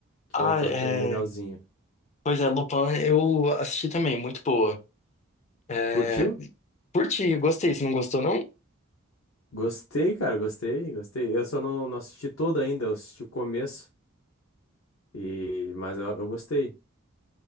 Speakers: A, on the left; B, on the left.
A: que
B: Ah,
A: eu tô
B: é...
A: achando legalzinha.
B: Pois é, Lupin, eu assisti também, muito boa. É...
A: Curtiu?
B: Curti, gostei. Você não gostou, não?
A: Gostei, cara, gostei, gostei. Eu só não, não assisti toda ainda, eu assisti o começo, e, mas eu, eu gostei.